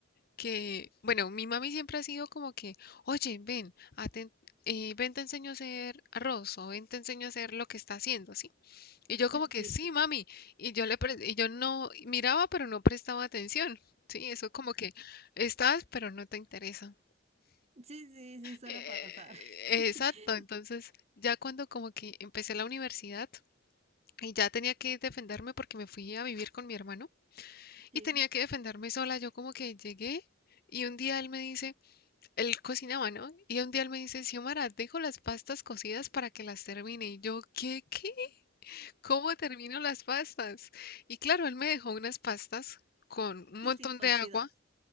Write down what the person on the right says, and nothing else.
Sí,
sí.
Sí, sí, sí, suele
pasar. <laughs>
Sí,
sí,
sí, cocidas.